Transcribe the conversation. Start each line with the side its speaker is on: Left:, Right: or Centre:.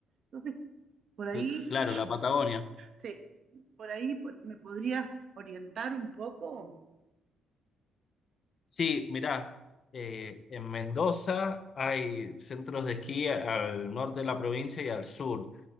Right: Entonces, por ahí,
Left: L- Claro, la Patagonia.
Right: sí, por ahí po- me podrías orientar un poco.
Left: Sí, mirá, eh, en Mendoza hay centros de esquí al norte de la provincia y al sur.